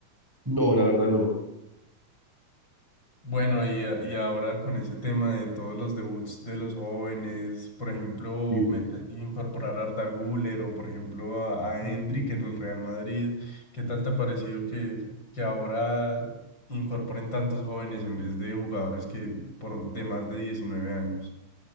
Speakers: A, in the centre; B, on the left (about 30°).
A: No, la verdad no.
B: Bueno, y, a- y ahora con ese tema de todos los debuts de los jóvenes, por ejemplo,
A: Sí,
B: mete-
A: sí, sí.
B: incorporar a Arda Güler o por ejemplo a, a
A: Ujú.
B: Endrick en el Real Madrid, ¿qué tal te ha parecido que, que ahora incorporen tantos jóvenes en vez de jugadores que por, de más de 19 años?